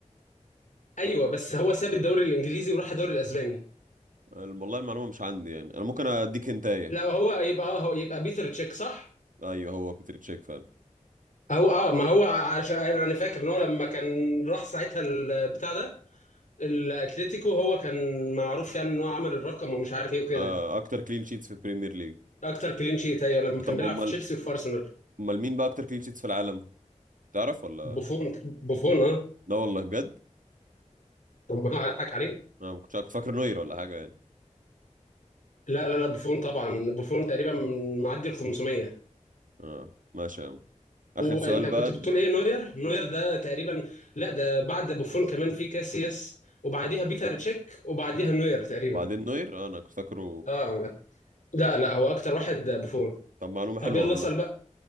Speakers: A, on the left; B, on the right.
A: ايوه بس هو ساب الدوري الانجليزي وراح الدوري الاسباني
B: آه، والله المعلومه مش عندي يعني انا ممكن اديك هنتايه
A: لا هو يبقى اه هو يبقى بيتر تشيك صح
B: ايوه هو بيتر تشيك فعلا
A: هو اه ما هو عشان انا أنا فاكر ان هو لما كان راح ساعتها البتاع ده الاتليتيكو هو كان معروف يعني ان هو عمل الرقم ومش عارف ايه وكده
B: آه اكتر كلين شيتس في البريمير ليج
A: اكتر كلين شيت ايوه لما كان
B: طب
A: بيلعب
B: امال
A: في تشيلسي وفي ارسنال
B: امال مين بقى اكتر كلين شيتس في العالم تعرف ولا
A: بوفون بوفون اه
B: لا والله بجد
A: طب ما اضحك عليك
B: انا ما كنتش كنت فاكر نوير ولا حاجه يعني
A: لا لا لا بوفون طبعا بوفون تقريبا معدي ال 500
B: اه ماشي يا عم اخر
A: وانت
B: سؤال بقى
A: كنت بتقول ايه نوير نوير ده تقريبا لا ده بعد بوفون كمان في كاسياس وبعديها بيتر تشيك وبعديها نوير تقريبا
B: وبعدين نوير آه انا كنت فاكره
A: اه لا لا هو اكتر واحد بوفون
B: طب معلومه حلوه
A: طب يلا
B: والله
A: اسال بقى